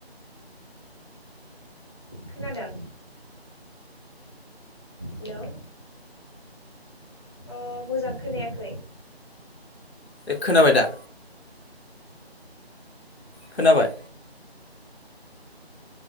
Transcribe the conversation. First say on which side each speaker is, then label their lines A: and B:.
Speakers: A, on the left; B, on the left.
A: खोनादों? हेलौ। अ मोजां खोनायाखै
B: ए खोनाबाय दा खोनाबाय